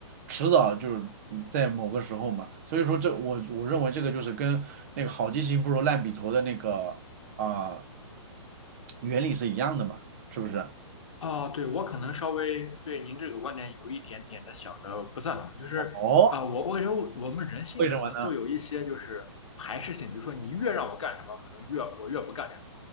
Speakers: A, on the right; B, on the left.
A: 迟早就是在某个时候嘛。所以说这我我认为这个就是跟那个好记性不如烂笔头的那个啊、呃原理是一样的嘛，是不是？
B: 哦，对，我可能稍微对您这个观点有一点点的小的不赞同，就是啊、
A: 哦，
B: 我我感觉我们人性可能都有一些就是排斥性，
A: 为什么呢？
B: 比如说你越让我干什么，可能越我越不干这种。